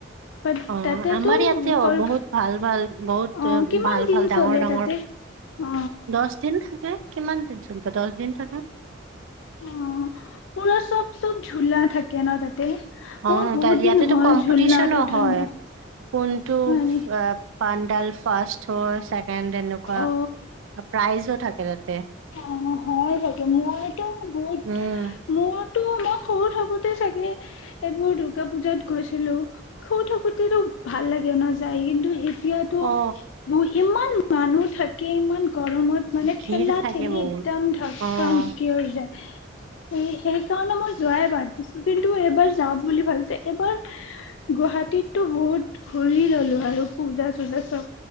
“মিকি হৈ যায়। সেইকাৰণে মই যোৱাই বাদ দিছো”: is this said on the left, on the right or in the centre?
Left